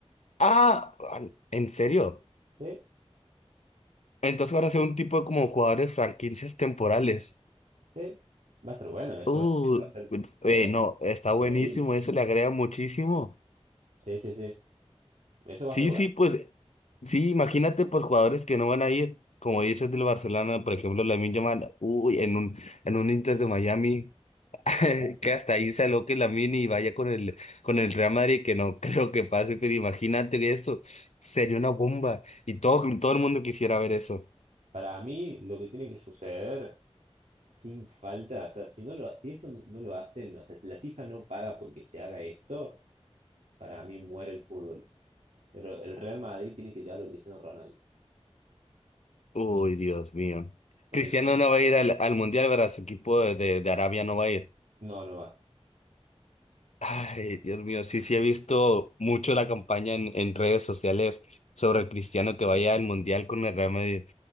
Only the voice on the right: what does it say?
¿sí?
Sí, va a estar bueno, eso
va, eso va a ser,
pero
increíble.
Sí, sí, sí, eso va
a estar bueno.
¿no?
Para mí, lo que tiene que suceder sin falta, o sea, si no lo, si esto no lo hacen, o sea, si la FIFA no paga porque se haga esto, para mí muere el fútbol. Pero el Real Madrid tiene que llevarlo a Cristiano Ronaldo.
Porque
Cristiano-
no, no va.